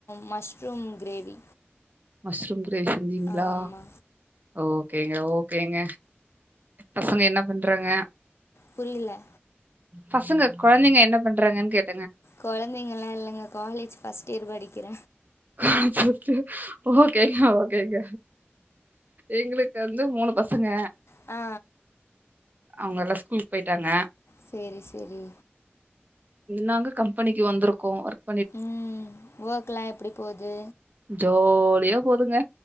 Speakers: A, on the left (about 80°); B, on the right (about 45°).
A: மஷ்ரூம் கிரேவி
B: மஷ்ரூம் கிரேவி செஞ்சீங்ளா
A: ஆமா
B: ஓகேங்க ஓகேங்க பசங்க என்ன பண்றாங்க
A: புரியில
B: பசங்க கொழந்தைங்க என்ன பண்றாங்கன் கேட்
A: கொழந்தைங்களா இல்லங்க காலேஜ் ஃபஸ்ட் இயர் படிக்கிற
B: அச்சச்சோ ஓகேங்க ஓகேங்க எங்களுக்கு வந்து மூணு பசங்க
A: ஆ
B: அவுங்க எல்லா ஸ்கூலுக் போய்ட்டாங்க
A: சேரி சேரி
B: நாங்க கம்பெனிக்கு வந்திருக்கோ வொர்க்
A: ம் வொக்லா எப்டி போது
B: ஜோலியா போதுங்க